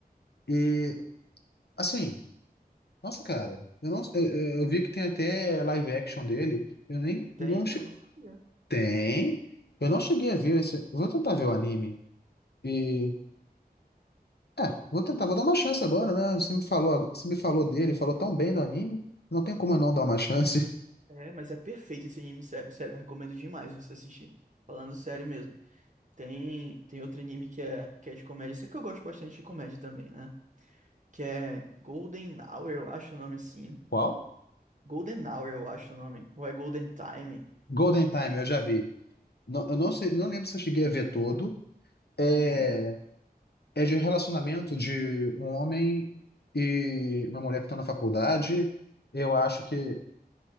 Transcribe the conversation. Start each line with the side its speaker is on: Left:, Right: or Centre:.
Left: E, assim, nossa, cara, eu, não, eu, eu- eu vi que tem até live action dele. Eu nem,
Right: Tem,
Left: não, che-
Right: eu não sabia.
Left: tem? Eu não cheguei a ver esse, vou tentar ver o anime. E, é, vou tentar, vou dar uma chance agora, né? Você me falou, você me falou dele, falou tão bem do anime, não tem como
Right: Uhum.
Left: eu não dar uma chance. <laughs>
Right: É, mas é perfeito esse anime, sério, sério, eu recomendo demais você assistir. Falando sério mesmo. Tem, tem outro anime que é, que é de comédia, sempre que eu gosto bastante de comédia também, né? Que é Golden Hour, eu acho o nome assim.
Left: Qual?
Right: Golden Hour, eu acho o nome. Ou é Golden Time.
Left: Golden Time, eu já vi. Não, eu não sei, não lembro se eu cheguei a ver todo. É,
Right: Uhum,
Left: É de relacionamento de um homem e uma mulher que estão na faculdade. Eu acho que.